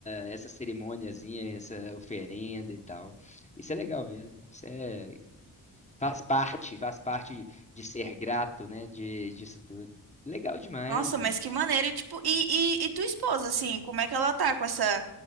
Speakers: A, on the left; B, on the right.
A: essa cerimôniazinha, essa oferenda e tal. Isso é legal mesmo. Isso é, faz parte, faz parte de ser grato, né? De, disso tudo. Legal demais,
B: Nossa,
A: velho.
B: mas que maneiro, tipo, e, e, e tua esposa, assim, como é que ela tá com essa,